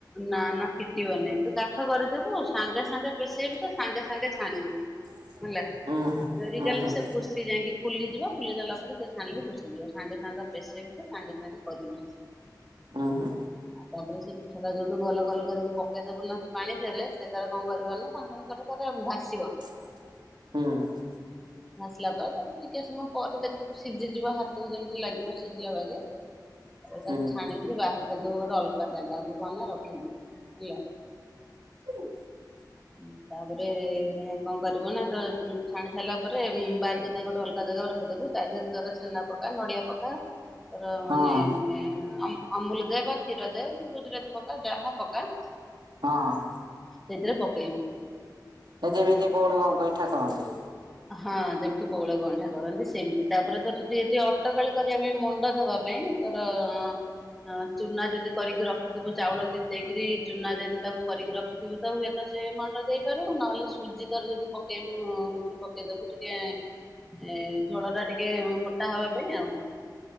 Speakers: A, in the centre; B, on the right (about 85°).
A: ନା ନା ଫିଟିବ ନାଇଁ। ତୁ କାଠ କରିଦେବୁ ସାଙ୍ଗେ ସାଙ୍ଗେ ପେଶେଇବୁ ତ ସାଙ୍ଗେ ସାଙ୍ଗେ ଛାଣିବୁ।
B: <unintelligible>
A: ମାନିଲା
B: ଉଁ ହୁଁ
A: ଜରିକାଢିଲୁ
B: ଉଁ ହୁଁ
A: ସେ ଫୁର୍ସି ଯାଇଁକି ଫୁଲିଯିବ ଫୁଲି ଗଲା ପରେ ସେ ସାଣିଲେ ଫୁର୍ସିଯିବ। ସାଙ୍ଗେ ସାଙ୍ଗ ପେଶେଇବୁ ତ ସାଙ୍ଗେ ସାଙ୍ଗେ କରିବି।
B: ଓ ହୋ।
A: ଆଉ ତାପରେ ସେ ପିଠା ଟା ଯୋଉଠୁ ଗଲ ଗଲ କରିକି ପକେଇ ଦବୁ ନା ପାଣି ଦେହେରେ ସେ ତାର କଣକରିବ ନା ଖଞ୍ଜଣି ପରେ ପରେ ଭାସିବ।
B: <unintelligible> ହୁଁ।
A: ମସଲା ପରେ ତାକୁ ଟିକେ ସମୟ ପରେ ଦେଖିବୁ ସିଝିଯିବ ହାତକୁ ଯେମିତି ଲାଗିବ ସିଝିଲା ବାଗେ ଆଉ ତାକୁ
B: ହୁଁ ହୁଁ
A: ଛାଣିକିରି ବାହାରକୁ <unintelligible> ଦବୁ ଗୋଟେ ଅଲଗା ଜାଗାକୁ କଣନା ରଖିବୁ ହେଲା।
B: <unintelligible>
A: ଉଁ ତାପରେ ଏଁ କଣ କରିବୁ ନା ଯେତବେଳେ ଉଁ ଛାଣି ସାରିଲା ପରେ ଉଁ ବାହାରକରିଦେଇ ଗୋଟେ ଅଲଗା ଜାଗା କୁ ରଖ୍ କରଦବୁ ତା ଦେହରେ ତାର ଛେନା ପକା ନଡିଆ ପକା ତାର
B: ହଁ
A: ମାନେ ଏଁ କମ୍ ଅମୁଲୁ। ଦେ ବା କ୍ଷୀର ଦେ ଗୁଜୁରାତି ପକା ଯାହା ପକା
B: ହଁ
A: ସେଥିରେ ପକେଇବୁ।
B: ହେ ଯେମିତି ବଉଳ ଗଇଁଠା କରନ୍ତି।
A: ହଁ ଯେମିତି ବଉଳ ଗଇଁ ଠା କରନ୍ତି ସେମିତି ତାପରେ ତୋର ଯଦି ଅଟକାଳି କରିବା ପାଇଁ ମଣ୍ଡ ଦବା ପାଇଁ ତାରେ ଅଁ ହଁ ଚୁନା ଯଦି କରିକି ରଖିଥିବୁ ଚାଉଳ ତି ନ୍ତେଇକିରି ଚୁନା ଯଦି ତାକୁ କରିକି ର ସେଥିବୁ ତ ହୁଏ ତ ସେ ମଣ୍ଡ ଦେଇପାରରିବୁ ନହେଲେ ସୁଜି ତୋର ଯଦି ପକେଇବୁ ମୁଠେ ପ ଟିକେ ଦବୁ ଟିକେ ଏ ଝୋଳ ଟା ଟିକେ ମୋଟା ହବା ପାଇଁ ଆଉ କଣ?